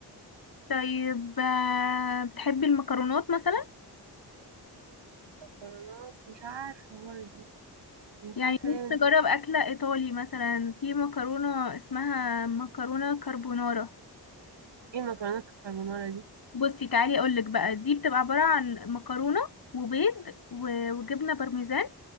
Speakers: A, on the left (about 55°); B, on the right (about 80°).
A: طيب آه، بتحبي المكرونات مثلا
B: المكرونات مش عارفة برضه مش
A: يعني
B: عارفة
A: ممكن
B: ليه
A: نجرب أكلة إيطالي مثلا في مكرونة اسمها مكرونة كربونارا
B: ايه مكرونات الكربونارا دي
A: بصي تعالي أقولك بقى دي بتبقى عبارة عن مكرونة وبيض و- وجبنة بارميزان